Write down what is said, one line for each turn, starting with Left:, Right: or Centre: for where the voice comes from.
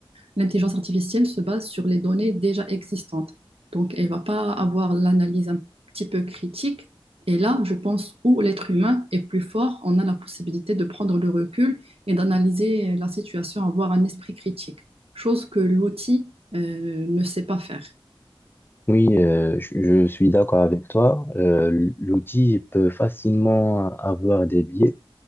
Right: l'intelligence artificielle se base sur les données déjà existantes. Donc, elle ne va pas avoir l'analyse un petit peu critique. Et là, je pense où l'être humain est plus fort, on a la possibilité de prendre le recul et d'analyser euh, la situation, avoir un esprit critique, chose que l'outil euh, ne sait pas faire.
Left: Oui, euh, je, je suis d'accord avec toi. Euh, l'outil peut facilement avoir des biais.